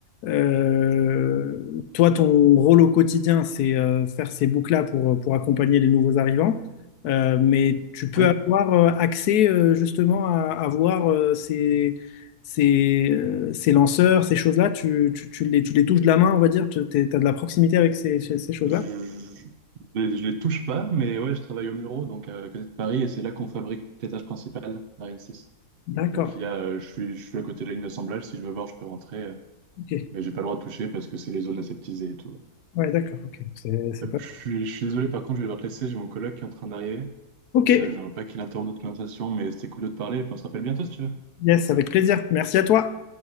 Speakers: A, on the left; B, on the right.
A: euh, toi, ton rôle au quotidien, c'est euh, faire ces boucles-là pour, pour accompagner les nouveaux arrivants, Euh, mais tu peux
B: Ouais,
A: avoir euh, accès euh, justement à, à voir euh, ces, ces, euh, ces lanceurs, ces choses-là, tu, tu, tu les, tu les touches de la main, on va dire, tu as de la proximité avec ces, ces ces choses-là.
B: je, je, je les je les touche pas, mais ouais, je travaille au Muro, donc euh, à côté de Paris, et c'est là qu'on fabrique les tâches principales d'Ariane 6.
A: D'accord,
B: Donc il y a, euh, je suis, je suis à côté de la ligne d'assemblage, si je veux voir, je peux rentrer, euh,
A: ok.
B: mais j'ai pas le droit de toucher parce que c'est les zones aseptisées et tout.
A: Ouais, d'accord, ok. C'est c'est
B: Hop,
A: pas...
B: je suis, je suis désolé, par contre, je vais devoir te laisser, j'ai mon collègue qui est en train d'arriver,
A: Ok,
B: et euh, j'aimerais pas qu'il interrompe notre conversation, mais c'était cool de te parler, et puis on se rappelle bientôt si tu veux.
A: yes, avec plaisir. Merci à toi.